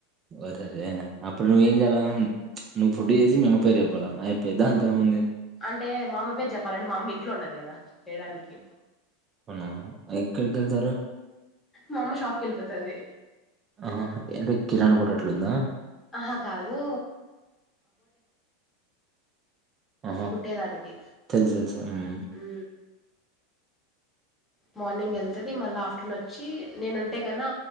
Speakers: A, on the right; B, on the left.
A: ఓ సరే అప్పుడు నువ్వేం చేయాల నువ్వు ఫుడ్ చేసి మమ్మ పేరు చెప్పాలా అయపాయ్ దాంతో ఏముంది
B: అంటే మా అమ పేరు చెప్పాలంటే మామ ఇంట్లో ఉండదు కదా చేయడానికి
A: అవునా ఎక్కడికి వెళ్తారు
B: మా అమ్మ షాప్కి వెళ్ళిపోతది
A: ఆ అంట కిరాణ కొట్టు అట్లుందా
B: ఆహా కాదు
A: ఆహా
B: కుుట్టేదానికి
A: తెలుసు తెలుసు ఉమ్,
B: ఉ మార్నింగ్ వెళ్తుంది మళ్ళీ ఆఫ్టర్నూన్ వచ్చి నేనుంటే కన్నా